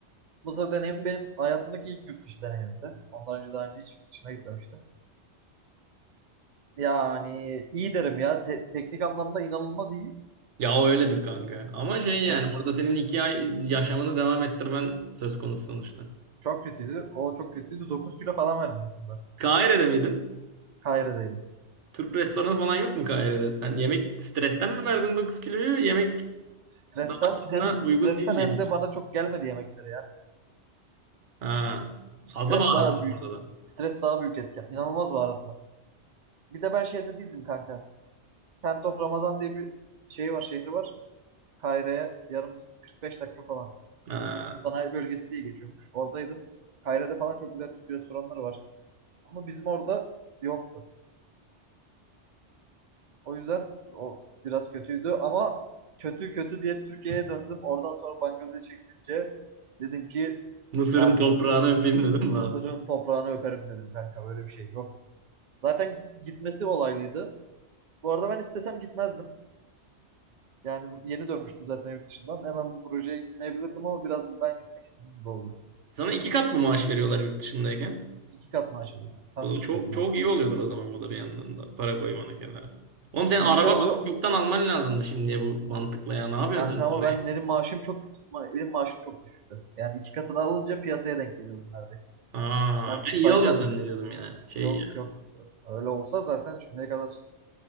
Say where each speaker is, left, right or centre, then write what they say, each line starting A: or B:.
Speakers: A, on the right; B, on the right.
A: Mısır deneyimi benim hayatımdaki ilk yurt dışı deneyimimdi. Ondan önce daha önce hiç yurt dışına gitmemiştim. Yani iyi derim ya. Te- teknik anlamda inanılmaz iyi.
B: Ya o öyledir kanka. Ama şey yani
A: Tek
B: orada senin iki ay yaşamını devam ettirmen söz konusu sonuçta.
A: çok kötüydü. O çok kötüydü. 9 kilo falan verdim Mısır'da.
B: Kahire'de miydin?
A: Kahire'deydim.
B: Türk restoranı falan yok mu Kahire'de? Sen yemek stresten mi verdin 9 kiloyu? Yemek
A: Stresten
B: damak tadına
A: hem
B: uygun
A: stresten
B: değil
A: hem
B: yemişsin.
A: de bana çok gelmedi yemekleri ya.
B: Ha.
A: Stres
B: Fazla baharatlıyım
A: daha büyük.
B: orada da.
A: Stres daha büyük etken. İnanılmaz baharat Bir de ben şeyde değildim kanka. Tent of Ramazan diye bir şey var, şehri var. Kahire'ye yarım 45 dakika falan.
B: Ha.
A: Sanayi bölgesi diye geçiyormuş. Oradaydım. Kahire'de falan çok güzel Türk restoranları var. Ama bizim orada yoktu. O yüzden o biraz kötüydü ama kötü kötü diye Türkiye'ye döndüm. Oradan sonra Bangladeş'e gidince dedim ki
B: Mısır'ın
A: abi
B: toprağını
A: Mısır
B: öpeyim dedim
A: Mısır'ın
B: mi abi?
A: toprağını öperim dedim kanka böyle bir şey yok. Zaten gitmesi olaylıydı. Bu arada ben istesem gitmezdim. Yani yeni dönmüştüm zaten yurt dışından. Hemen bu projeye gitmeyebilirdim ama biraz ben gitmek istedim gibi oldu.
B: Sana iki kat mı maaş veriyorlar yurt dışındayken?
A: İki kat maaş alıyorum. Tam
B: O zaman
A: iki
B: çok,
A: katına
B: çok
A: alıyorum.
B: iyi oluyordur o zaman bu da bir yandan da. Para koymanı kenara. Oğlum sen
A: Güzel
B: araba
A: oluyor.
B: bakıp yoktan alman lazımdı şimdiye bu mantıkla ya. Ne yapıyorsun
A: Kanka
B: sen
A: ama
B: parayı?
A: ben benim maaşım çok benim maaşım çok düşüktü. Yani iki katını alınca piyasaya denk geliyordum neredeyse.
B: Aa,
A: Ben stajdan
B: ben iyi alıyor zannediyordum ya. Şey
A: yok
B: yani.
A: yok öyle olsa zaten şimdiye kadar